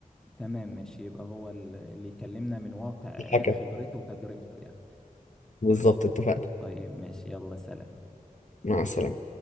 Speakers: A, in the centre; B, on the left.
A: تمام ماشي يبقى هو اللي يكلمنا من واقع
B: الحكم
A: خبرته وتجربته يعني
B: بالظبط اتفقنا
A: طيب ماشي يلا سلام
B: مع السلامة